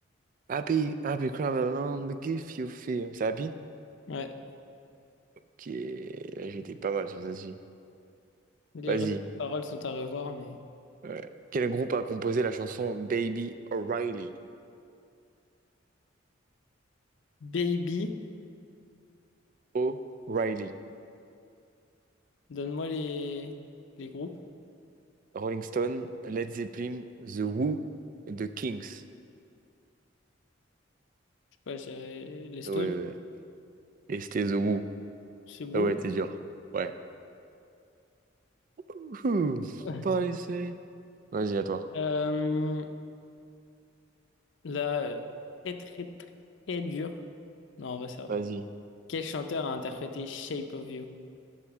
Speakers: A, on the right; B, on the left.
A: Happy, Happy Crumble Land, Give You Fear. C'est Happy?
B: Ouais,
A: Qui est... J'étais pas mal sur celle-ci.
B: les
A: Vas-y.
B: re- paroles sont à revoir, mais...
A: Ouais. Quel groupe a composé la chanson Baby O'Reilly?
B: Baby,
A: O'Reilly.
B: donne-moi les... les groupes.
A: Rolling Stone, Led Zeppelin, The Who, The Kings.
B: Je sais pas, j'ai les Stones.
A: Ah Ouais, ouais, ouais. Et c'était The Who.
B: C'est beau.
A: Ah ouais, t'es dur. Ouais. Ouhou.
B: <laughs>
A: Pas laissé. Vas-y, à toi.
B: Euh, là, euh, très très très dur. Non, en vrai, ça va.
A: Vas-y.
B: Quel chanteur a interprété Shape of You?